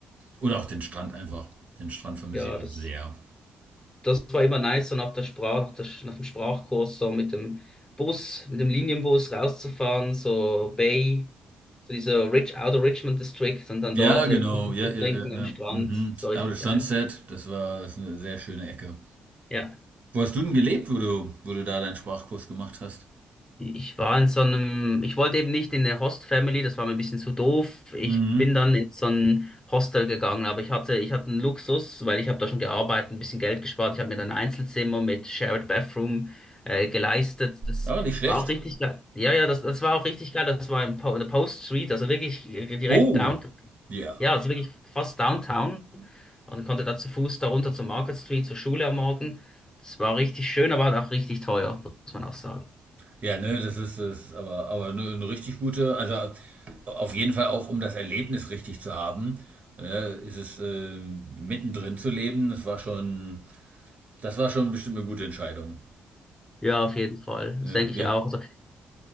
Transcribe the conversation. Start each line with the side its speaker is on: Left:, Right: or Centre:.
Right: Oder auch den Strand einfach. Den Strand vermisse
Left: ja,
Right: ich auch
Left: das.
Right: sehr.
Left: Das war immer nice, so nach der Sprach, nach der, nach dem Sprachkurs, so mit dem Bus, mit dem Linienbus rauszufahren, so Bay, so dieser Rich, Outer Richmond District und dann
Right: Ja,
Left: dort
Right: genau.
Left: äh, Kaffee
Right: Ja,
Left: zu
Right: ja,
Left: trinken
Right: ja,
Left: am
Right: ja.
Left: Strand.
Right: Mhm.
Left: Das war richtig
Right: Out of
Left: geil.
Right: Sunset, das war das ist eine sehr schöne Ecke.
Left: Ja.
Right: Wo hast du denn gelebt, wo du, wo du da deinen Sprachkurs gemacht hast?
Left: Ich war in so einem, ich wollte eben nicht in eine Host-Family, das war mir ein bisschen zu doof. Ich
Right: Mhm.
Left: bin dann in so ein Hostel gegangen, aber ich hatte, ich hatte einen Luxus, weil ich habe da schon gearbeitet, ein bisschen Geld gespart. Ich habe mir dann ein Einzelzimmer mit Shared Bathroom äh, geleistet. Das
Right: Ja, nicht schlecht.
Left: war auch richtig geil. Ja, ja, das, das war auch richtig geil. Das war in, po in der Post Street, also wirklich direkt
Right: Oh,
Left: downtown.
Right: ja.
Left: Ja, also wirklich fast downtown und konnte da zu Fuß da runter zur Market Street, zur Schule am Morgen. Das war richtig schön, aber halt auch richtig teuer, muss man auch sagen.
Right: Ja, ne, das ist es, aber, aber eine, eine richtig gute, also auf jeden Fall auch, um das Erlebnis richtig zu haben, ne, ist es ähm, mittendrin zu leben, das war schon, das war schon bestimmt eine gute Entscheidung.
Left: Ja, auf jeden Fall.
Right: Ja,
Left: Das denke
Right: wir,
Left: ich auch. Also